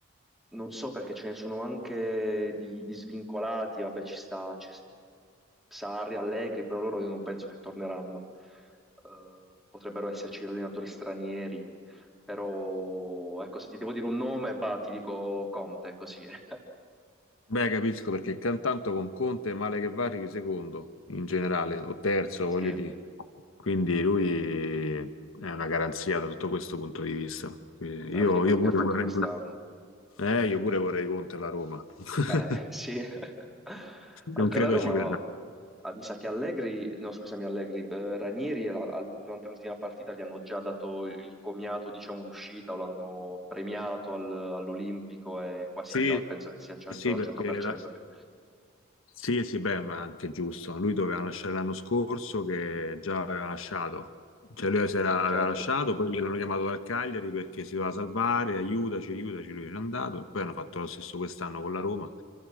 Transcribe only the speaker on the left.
Beh, capisco perché cantanto con Conte, male che va, arrivi secondo in generale, o terzo,
voglio dire. Quindi lui è una garanzia da tutto questo punto di vista. Quindi
Io,
io pure
vorrei,
eh, io pure vorrei Conte alla Roma. <laughs>
Non credo
ci verrà.
Sì,
sì,
perché
la-
sì, sì, beh, ma anche giusto. Lui doveva lasciare l'anno scorso che già aveva lasciato. Cioè lui si era- aveva
lasciato, poi l'hanno chiamato dal Cagliari perché si doveva salvare, aiutaci, aiutaci, lui era andato, e poi hanno fatto lo stesso quest'anno con la Roma